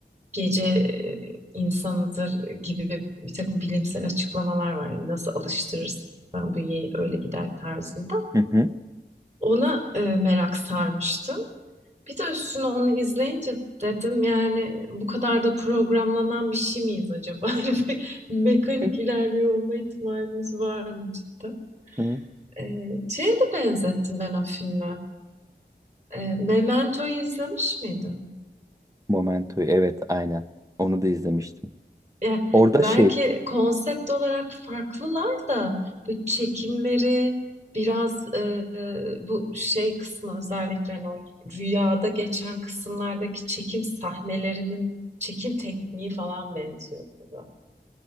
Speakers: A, on the right; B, on the right.
A: gece e, insanıdır gibi bir takım bilimsel açıklamalar var. Nasıl alıştırırsan bünyeyi öyle gider tarzında.
B: Hı hı.
A: Ona e, merak sarmıştım. Bir de üstüne onu izleyince dedim yani bu kadar da programlanan bir şey miyiz acaba? <laughs> Bir Mekanik
B: Hı
A: ilerliyor olma ihtimalimiz var mı cidden?
B: hı.
A: E, şeye de benzettim ben o filme. E, Memento'yu izlemiş miydin?
B: Momento'yu evet aynen. Onu da izlemiştim.
A: E,
B: Orada
A: belki
B: şey
A: konsept olarak farklılar da bu çekimleri biraz e, bu şey kısmı özellikle hani o rüyada geçen kısımlardaki çekim sahnelerinin çekim tekniği falan benziyordu.